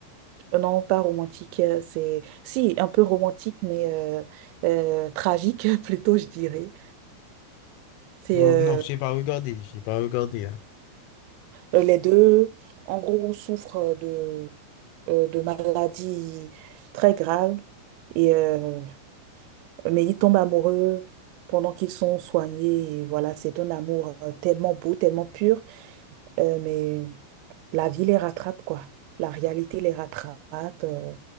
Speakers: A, on the right; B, on the left.
A: Euh, Non, pas romantique, euh, c'est si un peu romantique, mais euh, euh, tragique <laughs> plutôt, je dirais. C'est
B: Euh,
A: euh,
B: non, je n'ai pas regardé. Je n'ai pas regardé. hein.
A: Euh, Les deux, en gros, souffrent euh, de, euh, de maladies très graves, et, euh, mais ils tombent amoureux pendant qu'ils sont soignés. Et voilà, c'est un amour euh, tellement beau, tellement pur, euh, mais la vie les rattrape, quoi. La réalité les rattrape, euh,